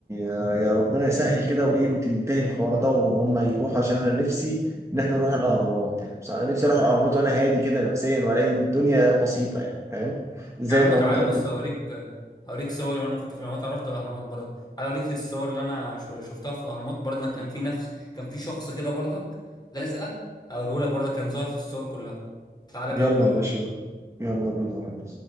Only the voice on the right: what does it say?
آه، يا ربنا يسهل كده وايه وتنتهي الحوار ده وهم يروحوا عشان انا نفسي ان احنا نروح الاهرامات يعني بصراحه انا نفسي اروح الاهرامات وانا هادي كده نفسيا والاقي الدنيا بسيطه يعني فاهم زي
ما
انت بتروح
يلا
يا باشا يلا بينا يا رب.